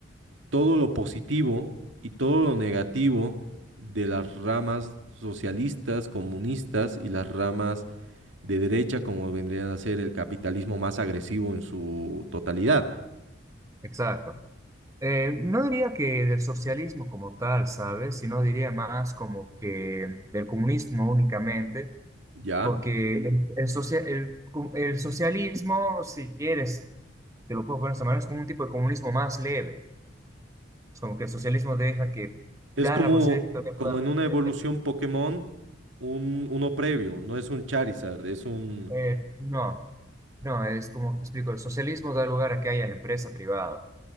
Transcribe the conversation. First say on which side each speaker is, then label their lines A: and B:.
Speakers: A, on the right; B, on the right.
A: todo lo positivo y todo lo negativo de las ramas socialistas, comunistas y las ramas de derecha, como vendrían a ser el capitalismo más agresivo en su totalidad,
B: exacto. Eh, no diría que del socialismo como tal, ¿sabes? Sino diría más como que del comunismo únicamente
A: ¿ya?
B: Porque el, el socia- el cu- el socialismo, si quieres, te lo puedo poner de esta manera, es como un tipo de comunismo más leve. Es como que el socialismo deja que
A: Es
B: da
A: como,
B: la posibilidad de que todavía
A: como
B: pueda haber-
A: en una evolución
B: eh, eh,
A: Pokémon, un, uno previo, no es un Charizard, es un...
B: eh, no, no, es como te explico, el socialismo da lugar a que haya la empresa privada.